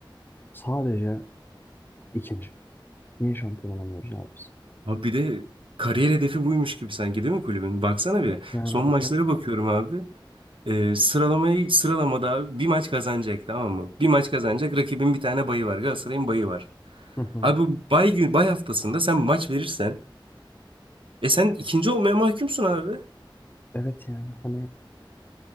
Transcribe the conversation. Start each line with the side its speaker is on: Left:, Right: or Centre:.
Left: sadece ikinci? Niye şampiyon olamıyoruz abi biz?
Right: Abi bir de kariyer hedefi buymuş gibi sanki değil mi kulübün? Baksana
Left: Evet
Right: bir
Left: yani
Right: son
Left: hani
Right: maçlara bakıyorum abi. Ee, sıralamayı sıralamada abi bir maç kazanacak tamam mı? Bir maç kazanacak rakibin bir tane bayı var. Galatasaray'ın bayı var.
Left: Hı hı.
Right: Abi bu bay gün bay haftasında sen maç verirsen e sen ikinci olmaya mahkumsun abi.
Left: evet yani hani